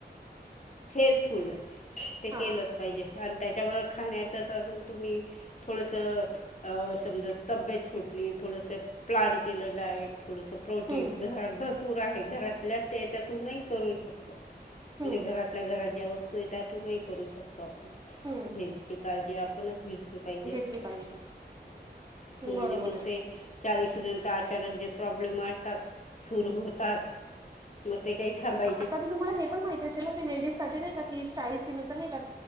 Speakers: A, on the left; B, on the right.
A: हेल्पफुल ते केलंच
B: हा
A: पाहिजे आणि त्याच्यावर खाण्याचं तर मग तुम्ही थोडंसं समजा तब्येत सुटली थोडंसं प्लान केलं डायट थोडंसं प्रोटीन्स
B: हम्म
A: घरात भरपूर आहे घरातल्याच याच्यातून नही करू शकतो म्हण
B: हम्म
A: घरातल्या घरात ज्या वस्तू आहे त्यातून करू शकतो आपण
B: हम्म
A: हेल्थची काळजी आपण घेतली पाहिजे
B: घेतली पाहिजे
A: म्हणजे
B: बरोबर
A: मग
B: आहे
A: ते चाळीस नंतर अचानक जे प्रॉब्लेम वाटतात सुरू होतात मग ते काही थांबायचं
B: आता त तुम्हाला हे पण माहिती असेल ना की लेडीजसाठी नाही का तीस चाळीशी नाही का